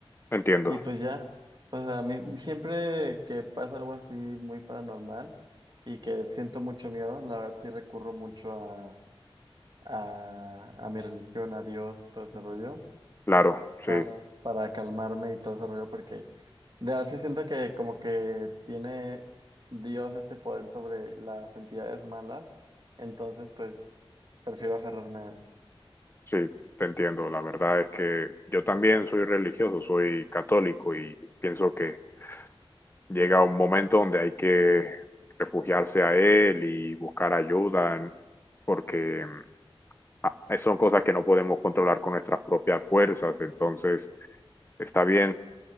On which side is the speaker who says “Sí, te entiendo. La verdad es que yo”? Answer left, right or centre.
Left